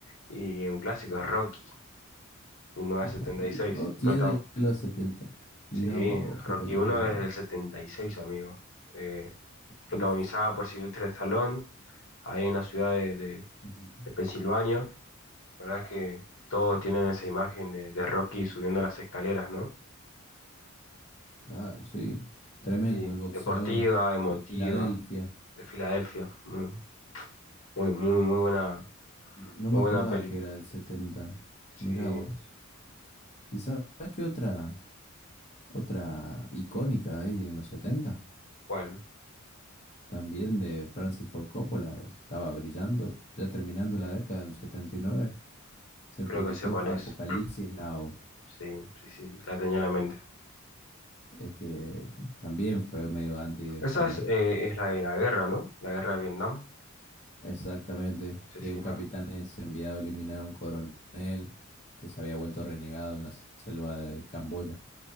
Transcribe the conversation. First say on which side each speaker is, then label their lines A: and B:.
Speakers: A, on the left; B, on the left.
A: y un clásico es Rocky, mil novecientos
B: Oh,
A: setenta y seis,
B: Rocky
A: prota-
B: es de los 70. Mira
A: Sí,
B: vos, qué
A: Rocky
B: película.
A: 1 es del 76, amigo. Eh, protagonizada
B: Uf.
A: por Sylvester Stallone, ahí en la ciudad de, de-
B: Ujú.
A: de Pensilvania. La verdad es que todos tienen esa imagen de, de Rocky subiendo las escaleras, ¿no?
B: Claro, sí. Tremendo,
A: y
B: el boxeador
A: deportiva, emotiva,
B: de Filadelfia.
A: de Filadelfia. Muy, muy, muy, muy buena,
B: No me
A: muy
B: acordaba
A: buena peli.
B: que era del 70.
A: Sí,
B: Mira vos. ¿Y sabes qué otra, otra icónica ahí en los 70?
A: ¿cuál?
B: también de Francis Ford Coppola, pues, estaba brillando, ya terminando la década del 79, se
A: Creo
B: publicó
A: que sé cuál
B: Apocalipsis
A: es.
B: Now,
A: Sí, sí, sí, la tenía en la mente.
B: es que también fue medio anti después,
A: Esa es,
B: ¿no?
A: eh, es la de la guerra, ¿no? La guerra de Vietnam.
B: Exactamente,
A: Sí,
B: que
A: sí,
B: un capitán
A: ma.
B: es enviado a eliminar a un coronel que se había vuelto renegado en la selva de Camboya.